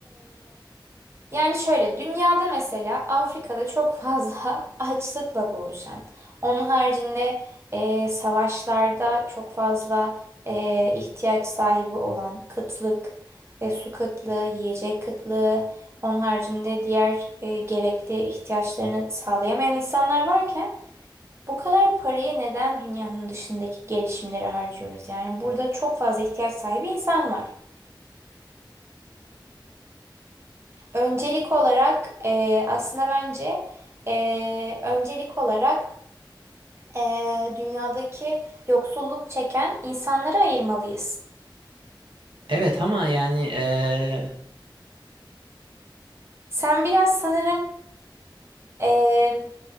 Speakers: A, on the right (about 30°); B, on the right (about 85°).
A: Yani şöyle dünyada mesela Afrika'da çok fazla <laughs> açlıkla boğuşan, onun haricinde e, savaşlarda çok fazla e, ihtiyaç sahibi olan kıtlık, e, su kıtlığı, yiyecek kıtlığı, onun haricinde diğer e, gerekli ihtiyaçlarını sağlayamayan insanlar varken bu kadar parayı neden dünyanın dışındaki gelişimlere harcıyoruz? Yani burada çok fazla ihtiyaç sahibi insan var. Öncelik olarak e, aslında bence e, öncelik olarak e, dünyadaki yoksulluk çeken insanları ayırmalıyız.
B: Evet ama yani eee,
A: Sen biraz sanırım e,